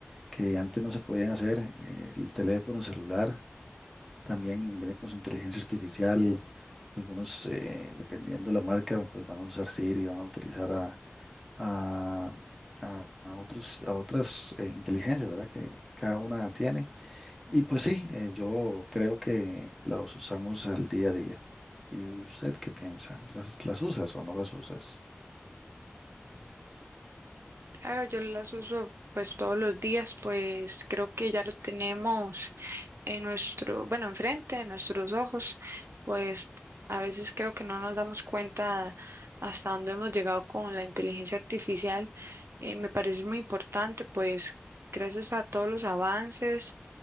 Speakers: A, in the centre; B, on the right.
A: que antes no se podían hacer, eh, el teléfono celular. También viene con su inteligencia artificial. Algunos, eh, dependiendo de la marca, pues van a usar Siri, van a utilizar a, a, a- a otros, a otras eh, inteligencias, ¿verdad? Que cada una tiene. Y pues sí, eh, yo creo que los usamos al día a día. ¿Y usted qué piensa? ¿Las, las usas o no las usas?
B: Claro, yo las uso pues todos los días, pues creo que ya lo tenemos en nuestro, bueno, enfrente, en nuestros ojos, pues a veces creo que no nos damos cuenta hasta dónde hemos llegado con la inteligencia artificial. Eh, me parece muy importante, pues gracias a todos los avances